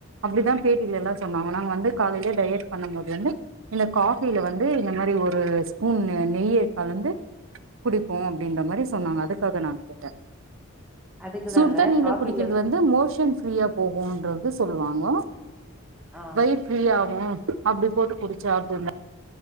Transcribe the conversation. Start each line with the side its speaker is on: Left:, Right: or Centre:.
Right: அப்படி தான் பேட்டியில எல்லா சொன்னாங்க நாங்க வந்து காலையிலேயே டயட் பண்ணும் போது இந்த காஃபியில வந்து ஒரு ஸ்பூன் நெய்ய விட் கலந்து குடிப்போம் அப்படின்ற மாதிரி சொன்னாங்க அதுக்காக நான் கேட்டேன்
Centre: அதுக்குதாங்க
Right: சுடுதண்ணில
Centre: காஃபில
Right: குடிக்கிறது வந்து மோஷன்ஸ் ஃப்ரீயா போகும்ன்றது சொல்லுவாங்க
Centre: ஆ
Right: வயிறு ஃபிரியாகும் ம் அப்படி போட்டு குடிச்சா அப்படின்